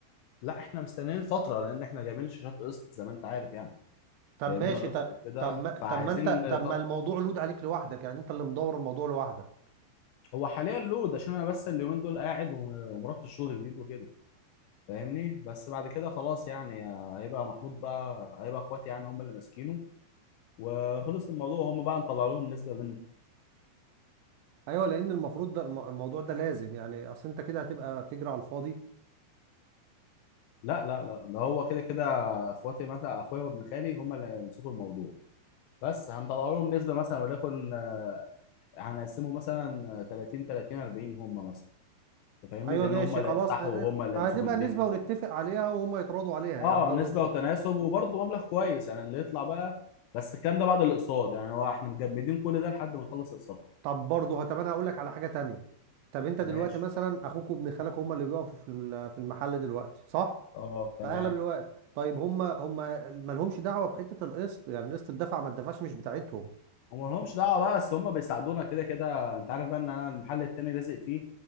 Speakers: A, on the left; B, on the right.
A: لا احنا مستنيين فتره لان احنا جايبين الشاشات قسط زي ما انت عارف يعني
B: طب
A: جايبينها
B: ماشي
A: قسط
B: طب
A: وكده
B: طب ما
A: فعايزين
B: طب ما انت طب
A: طب
B: ما الموضوع لود عليك لوحدك يعني انت اللي مدور الموضوع لوحدك
A: هو حاليا لود عشان انا بس اليومين دول قاعد وم- ومرات الشغل جديد وكده فاهمني بس بعد كده خلاص يعني آه، هيبقى محمود بقى هيبقى اخواتي يعني هم اللي ماسكينه وخلص الموضوع هم بقى نطلع لهم نسبة منه
B: ايوه لان المفروض ده الم- الموضوع ده لازم يعني اصل انت كده هتبقى بتجري على الفاضي
A: لا لا لا ده هو كده كده اخواتي مثلا اخويا وابن خالي هم اللي يمسكوا الموضوع بس هنطلع لهم نسبة مثلا وليكن آه، هنقسمه مثلا 30 30 40 هم مثلا انت فاهمني
B: ايوه
A: لان
B: ماشي
A: هم اللي
B: خلاص
A: يفتحوا
B: اه،
A: وهم اللي
B: اه،
A: يمسكوا
B: هتبقى
A: الدنيا
B: نسبة ونتفق
A: و...
B: عليها وهم يتراضوا عليها
A: اه
B: يعني ده
A: نسبة
B: تقصد
A: وتناسب وبرضه مبلغ كويس يعني اللي يطلع بقى بس الكلام ده بعد الاقساط يعني هو احنا مجمدين كل ده لحد ما نخلص اقساط
B: طب برضه طب انا هقول لك على حاجة تانية طب انت
A: ماشي
B: دلوقتي مثلا اخوك وابن خالك هم اللي بيقفوا في الم- في المحل دلوقتي صح
A: اه تمام
B: في اغلب الوقت طيب هم هم مالهمش دعوة بحتة القسط يعني قسط الدفع ما الدفعش مش بتاعتهم
A: هم لهمش دعوه بقى بس هم بيساعدونا كده كده انت عارف بقى ان انا المحل التاني لازق فيه